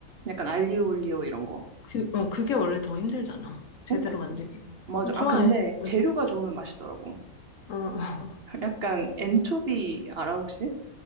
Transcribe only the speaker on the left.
그, 어, 그게 원래 더 힘들잖아. 제대로
만들기가.
어, 좋아해.
응.
어, <laughs> 어.